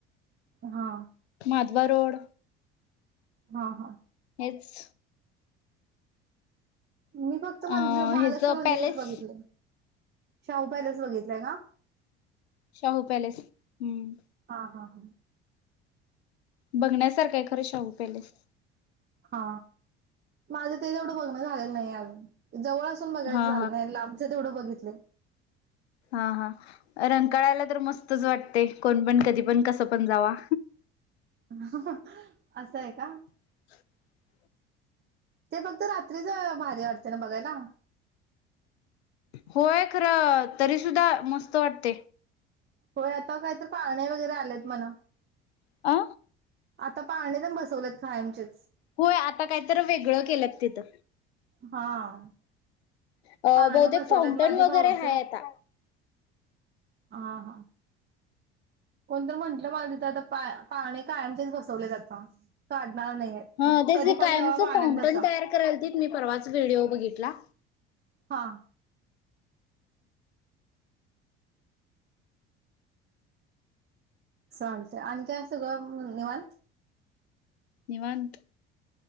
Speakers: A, on the right; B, on the left.
A: हा
B: हातबा रोड
A: हा हा
B: एच
A: मी फक्त मंदिर
B: अ
A: महालक्ष्मी
B: हेच
A: मंदिर
B: पॅलेस
A: च बघितलंय शाहू पॅलेस बघितलंय का?
B: शाहू पॅलेस हम्म
A: ह हा हा
B: बघण्यासारखं आहे खरं शाहू पॅलेस
A: हा माझं ते तेवढं बघण झालेलं नाही अजून जवळ असून बघायचं
B: हा
A: झालं नाही लांबच तेवढं बघितलय
B: हा हा रंकाळ्याला तर मस्तच वाटते कोण पण कधी पण कसं पण जावा
A: असंय हाय का
B: <inaudible>
A: ते फक्त रात्रीच अ भारी वाटतय ना बघायला
B: होय खरं तरी सुुद्धा मस्त वाटतय
A: होय आता काय तर पाळणे वगैरे आलेत म्हणं
B: आ
A: आता पाळणे पण बसवलेत कायमचे
B: होय आता काहीतरी वेगळं केलं तिथ
A: हा
B: बहुतेक
A: पाळणे बसवलेत
B: फाउंटन
A: माझे
B: वगैरे
A: भाऊच.
B: आहे आता
A: हा हा कोणतर म्हटलं मला तिथं आता पाळणे कायमचेच बसवलेत आता काढ नाही नाहीय ते
B: हा तेच
A: कधी
B: की
A: पण
B: कायमचं
A: जावा पाळण्यात
B: फाउंटन
A: बसा
B: तयार करायलतीत मी, परवाच व्हिडिओ बघितला
A: हा चालतेय आणखीन सगळ निवांत?
B: निवांत